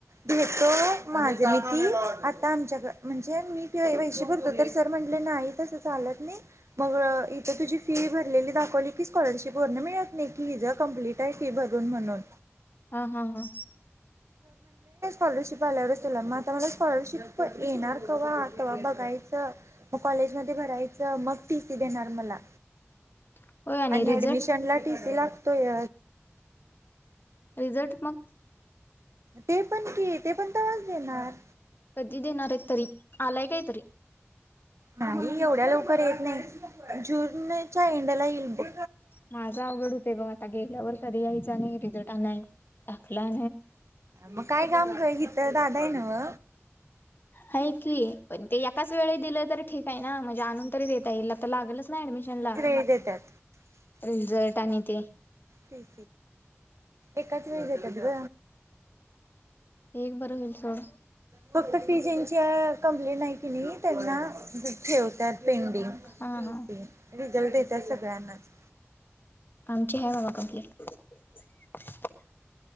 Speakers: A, on the right; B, on the left.
A: भेतो माझं म ती आता आमच्या म्हणजे मी तेि पैसे भरतो तर सर म्हटले नाही तस चालत नाही मग इथं तुझी फी भरलेली दाखवली की स्कॉलरशिप मिळत नाही. विजा कंप्लीट आहे भरून म्हणून
B: हा हा हा
A: ॉरशप आल्यावरग आ मला स्कॉलरशिप येणार कवा तवा बघायच मग कॉलेज मध्ये भरायचं मग फी ती देणार मला.
B: <inaudible> होय
A: आणि
B: रिझल्ट
A: ऍडमिशन ला टीसी लागतोय.
B: रिझल्ट मग
A: ते पण की ते पण तवाच देणार
B: कधी देणार आहेत तरी आलाय काय तरी
A: नाही एवढ्या लवकर येत नाही जुूनच्या एंड ला येईल ब
B: माझा अवघड होते बघ आता गेल्यावरर्षध यायच नाही रिझल्ट आणय टाकला
A: मग काय काम कर की तर दादा आहे ना
B: ह की पण ते एकाच वेळे दिलं तर ठीक आहे ना म्हणजे आणून तरी देता येईला तर लागलच नाही. ऍडमिशन ला.
A: देतात.
B: रिझर्ट आणि ते
A: ते एकाच वज का दिव
B: एक बरं होईल सोड
A: फक्त फीजची कंप्लेंट आहे कि नाही त्यांना ठेवतात पेंडिंग
B: हा
A: पीसी
B: हा
A: रिझल्ट देतात सगळ्यांनाच
B: आमचे ह बाबा कंप्लीट